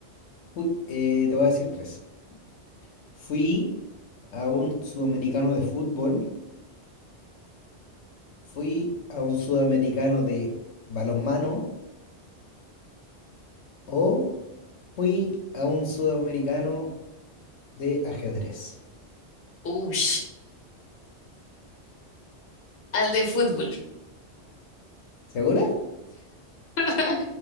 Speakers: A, on the left; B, on the left.
A: Fui- eh, te voy a decir tres. Fui a un sudamericano de fútbol, fui a un sudamericano de balonmano o fui a un sudamericano de ajedrez.
B: Uy, al de fútbol.
A: ¿Segura?
B: <laughs>